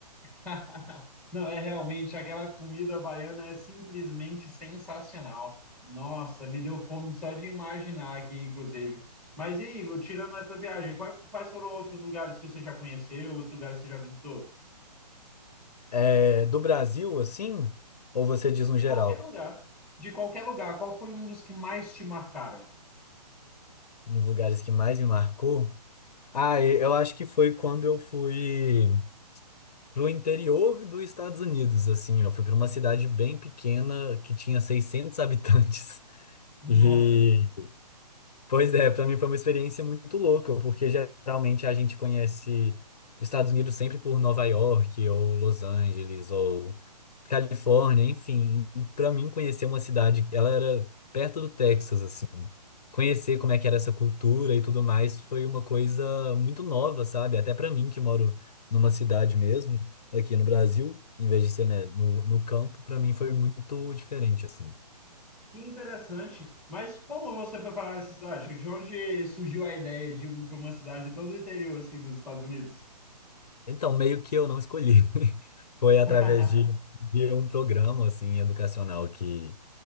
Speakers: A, in the centre; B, on the left.
A: <laughs> Não, é realmente, aquela comida baiana é simplesmente sensacional. Nossa, me deu fome só de imaginar aqui, inclusive. Mas e aí, tirando essa viagem, quais, quais foram outros lugares que você já conheceu, outros lugares que você já visitou?
B: É, do Brasil, assim, ou você diz no
A: De
B: geral,
A: qualquer lugar. De qualquer lugar. Qual foi um dos que mais te marcaram?
B: nos lugares que mais me marcou? Ah, e- eu acho que foi quando eu fui pro interior dos Estados Unidos, assim, eu fui para uma cidade bem pequena que tinha 600 habitantes. <laughs>
A: Nossa,
B: E Pois é, para mim foi uma experiência muito louca, porque geralmente a gente conhece os Estados Unidos sempre por Nova York, ou Los Angeles, ou Califórnia, enfim. Para mim, conhecer uma cidade, ela era perto do Texas, assim. Conhecer como é que era essa cultura e tudo mais foi uma coisa muito nova, sabe? Até para mim, que moro numa cidade mesmo, aqui no Brasil, em vez de ser, né, no, no campo, para mim foi muito diferente, assim.
A: que interessante. Mas como você foi parar nessa cidade? De onde surgiu a ideia de ir para uma cidade todo o interior assim, dos Estados Unidos?
B: Então, meio que eu não escolhi. <laughs> Foi através
A: <laughs>
B: de, de um programa, assim, educacional que,